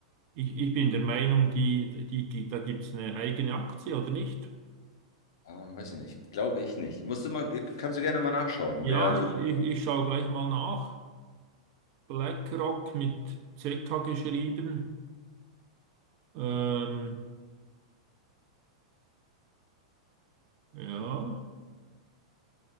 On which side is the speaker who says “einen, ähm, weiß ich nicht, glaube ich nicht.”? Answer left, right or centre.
Left